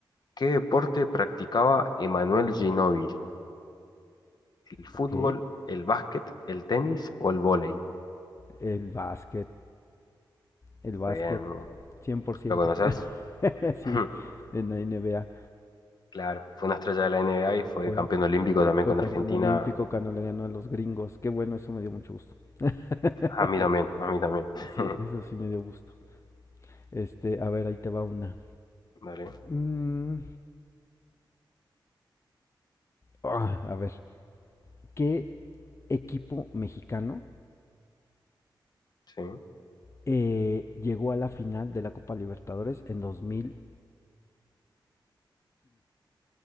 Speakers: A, on the left; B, on the left.
A: ¿Qué deporte practicaba Emanuel Ginóbili? el fútbol,
B: ok.
A: el básquet, el tenis o el vóley.
B: El básquet, el básquet,
A: Muy bien, ¿no?
B: cien por ciento,
A: ¿lo conoces?
B: <laughs> sí,
A: <laughs>
B: en la NBA
A: Claro, fue una estrella de la NBA y fue
B: fue,
A: campeón olímpico también
B: fue
A: con
B: campeón
A: Argentina.
B: olímpico cuando le ganó a los gringos. Qué bueno, eso me dio mucho gusto. <laughs>
A: A mí también, a mí también.
B: sí,
A: <laughs>
B: eso sí me dio gusto. Este, a ver, ahí te va una.
A: Dale,
B: Mm, ah, a ver, ¿qué equipo mexicano
A: sí.
B: eh, llegó a la final de la Copa Libertadores en 2005?